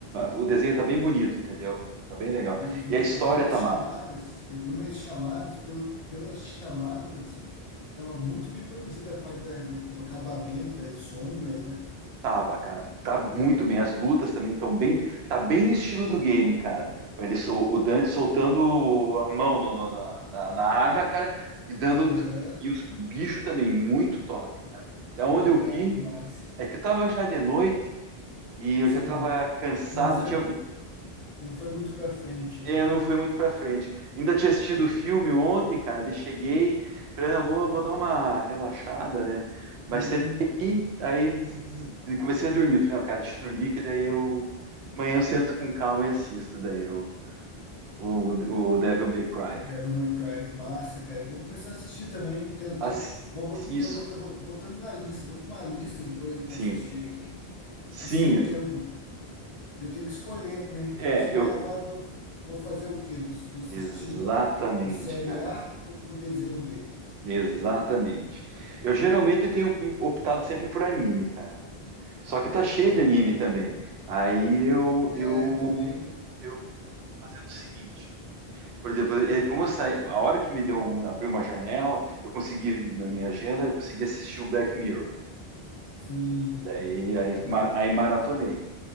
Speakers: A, on the right; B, on the left.
A: O desenho tá bem bonito, entendeu? Tá bem legal.
B: Eu vi,
A: E a história
B: eu vi umas
A: tá
B: chamadas,
A: massa.
B: eu vi umas chamadas, pelo, que- pelas chamadas, assim, tava muito bem produzida a parte da- do, do acabamento, das sombras, né?
A: Tava, cara, tá muito bem. As lutas também estão bem, tá bem no estilo do game, cara. Ele, sol- o Dante soltando a mão no- no- na, na- na arma, cara, e dando.
B: Aham,
A: E os bichos também, muito top, cara. Até
B: que
A: onde
B: legal,
A: eu vi,
B: que massa.
A: é que tava já de noite e eu
B: Sim,
A: já tava cansado.
B: não foi,
A: Tinha,
B: não foi muito pra frente,
A: é,
B: né?
A: não fui muito pra frente. Ainda tinha assistido o filme ontem, cara, daí cheguei, falei, não, vou, vou dar uma relaxada, né? Mas
B: Sim,
A: sentei, aí des- des- comecei a dormir. Falei, não, cara, deixa eu dormir, que daí eu. Amanhã eu sento com calma e assisto daí o, o, o Devil May Cry,
B: Devil
A: cara.
B: May Cry, massa, cara. Eu vou começar a assistir também. então Eu
A: Ass-
B: tô, vou, bot-
A: Isso,
B: tô botando, vou botando na lista, tô com uma lista de coisas pra
A: sim.
B: assistir aqui
A: Sim,
B: e sem tempo. Eu tenho que escolher, né?
A: é,
B: Tipo assim,
A: eu.
B: ah, agora eu vou, vou fazer o quê? Vou, vou assistir
A: Exatamente,
B: a série
A: cara.
B: A ou o desenho B?
A: Exatamente. Eu geralmente eu tenho optado sempre por anime, cara. Só que tá cheio
B: Aham.
A: de anime também. Aí eu,
B: É,
A: eu,
B: também, né?
A: eu fazendo o seguinte. Por exemplo,
B: Ah,
A: eh, como eu saí, a hora que me deu um, abriu uma janela, eu consegui na minha agenda, eu consegui assistir o Black Mirror.
B: sim.
A: Daí
B: Aham.
A: aí, ma- aí maratonei.